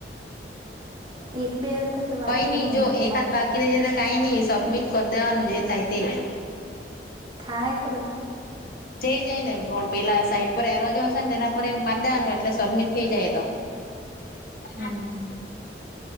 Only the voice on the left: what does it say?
કઈ
નહી
જો એક
હાથ બાકી ર જતા. થઈ ન સબમિટ કરી દેવાનું જે થાયતે.
થઈ જાય ને પણ પેલા સાઈટ પર એરોજ હશે ને તેના પર એ મારદવાનુંય એટલે સબમિટ થઈ જાય એ તો. એના.